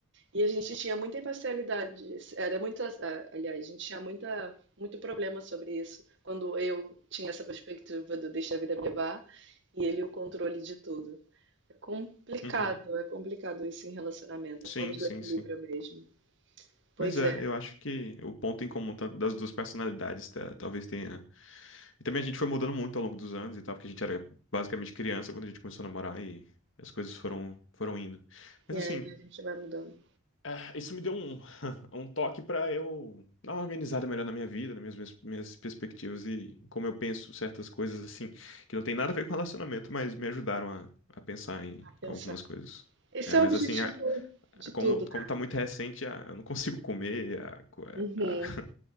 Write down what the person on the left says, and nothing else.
Uhum.
Sim,
sim,
sim.
Pois é,
eu acho que o ponto em comum ta- das duas personalidades ta- talvez tenha. E também a gente foi mudando muito ao longo dos anos e tal, porque a gente era basicamente criança quando a gente começou a namorar e as coisas foram, foram indo. Mas
assim,
ah, isso me deu um, <laughs> um toque pra eu dar uma organizada melhor na minha vida, nas minhas, minhas minhas perspectivas e como eu penso certas coisas assim, que não tem nada a ver com relacionamento, mas me ajudaram a, a pensar em
algumas coisas.
É,
mas
assim, a-
é, Como,
como tá muito recente, ah, eu não consigo comer, ah, co- é,
ah, <laughs>